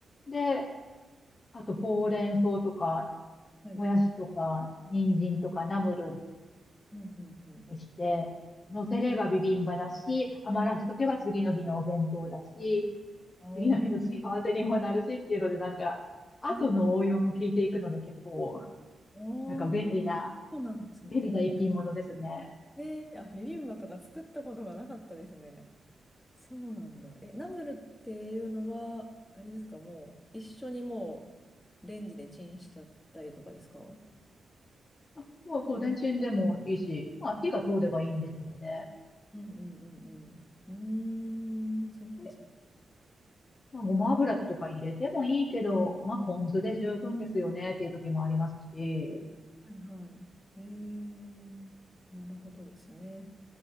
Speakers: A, on the left (about 50°); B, on the left (about 15°).
A: で、あとほうれん草とか、
B: はいはい。
A: もやしとか、人参とか、ナムル
B: うんうんうん。
A: にして、乗せればビビンバだし、余らしとけば次の日のお弁当だし、
B: あ
A: 次の日の付け合わせにもなるしっていうので、なんか、後の応用も聞いていくので結構、
B: あ、ね、ああ
A: なんか便利な、
B: そうなんですね。
A: 便利な一品物ですね。
B: ねえ、あ、ビビンバとか作ったことがなかったですね。そうなんだ。え、ナムルっていうのは、あれですか、もう、一緒にもう、レンジでチンしちゃったりとかですか
A: あもうそう、レンチンでもいいし、まあ火が通ればいいんですので、
B: うんうんうんうん。うーん、そっかそっか
A: で、まあ、ごま油とか入れてもいいけど、まあポン酢で十分ですよねっていう時もありますし、
B: はいはい。えー、なるほどですね。